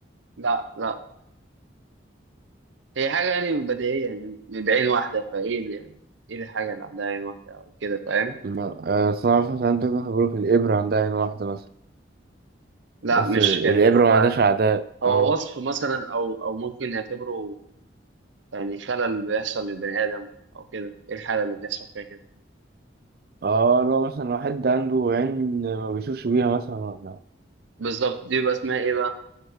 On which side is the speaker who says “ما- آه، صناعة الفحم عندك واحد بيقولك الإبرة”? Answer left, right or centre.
Right